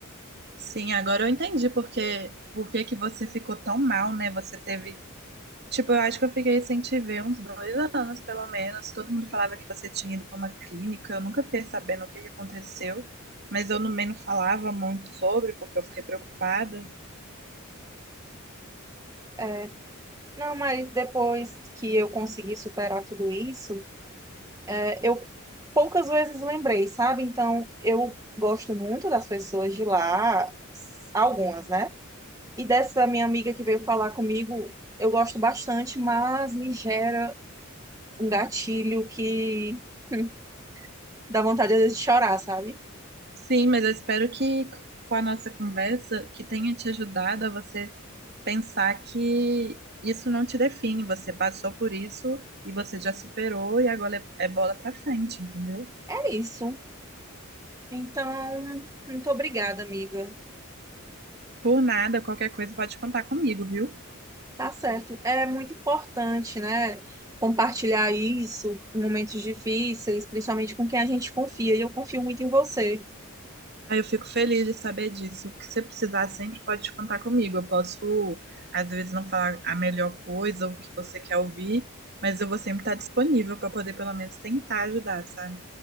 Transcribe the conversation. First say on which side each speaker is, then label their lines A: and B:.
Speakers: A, on the right; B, on the right.
A: Sim, agora eu entendi porque por que que você ficou tão mal, né? Você teve Tipo, eu acho que eu fiquei sem te ver uns dois anos, pelo menos. Todo mundo falava que você tinha ido para uma clínica. Eu nunca fiquei sabendo o que que aconteceu, mas eu também não falava muito sobre, porque eu fiquei preocupada.
B: É, não, mas depois que eu consegui superar tudo isso, é, eu poucas vezes lembrei, sabe? Então, eu gosto muito das pessoas de lá, s- algumas, né? E dessa minha amiga que veio falar comigo, eu gosto bastante, mas me gera um gatilho que hum, dá vontade às vezes de chorar, sabe?
A: Sim, mas eu espero que com a nossa conversa, que tenha te ajudado a você pensar que isso não te define. Você passou por isso e você já superou e agora é é bola para frente, entendeu?
B: É isso. Então, muito obrigada, amiga.
A: Por nada, qualquer coisa pode contar comigo, viu?
B: Tá certo. É muito importante, né? Compartilhar isso em momentos difíceis, principalmente com quem a gente confia. E eu confio muito em você.
A: Ah, eu fico feliz de saber disso. O que você precisar sempre pode contar comigo. Eu posso, às vezes, não falar a melhor coisa ou o que você quer ouvir, mas eu vou sempre estar disponível para poder, pelo menos, tentar ajudar, sabe?